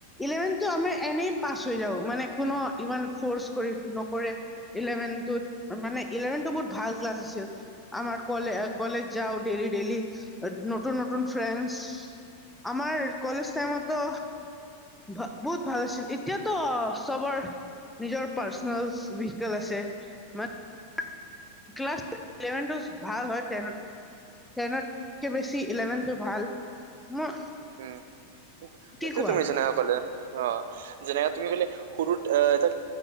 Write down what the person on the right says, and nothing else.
উম
সেটুৱে
তুমি জানা সকলোৱে। অ যেনেকা তুমি ক'লে সৰু এ এটা